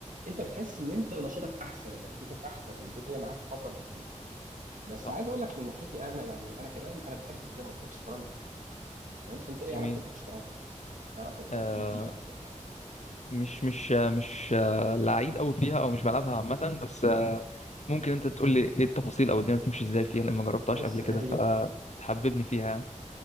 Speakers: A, on the right; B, on the left.
A: انت بتحس ان انت نشاطك احسن وتركيزك احسن والدنيا معاك افضل بكتير بس
B: صح
A: عايز اقول لك من ناحيتي انا يعني انا كمان انا بحب زي ما قلت لك الشطرنج كده تمام انت ايه
B: جميل
A: علاقتك بالشطرنج؟ إيه علاقتك بتحب
B: آه
A: ايه فيه او كده
B: مش مش آه، مش آه، لعيب قوي فيها أو مش بلعبها عامة بس آه ممكن أنت تقول لي إيه التفاصيل أو الدنيا بتمشي إزاي فيها لأن ما جربتهاش
A: بص
B: قبل كده
A: هي
B: فتحببني فيها يعني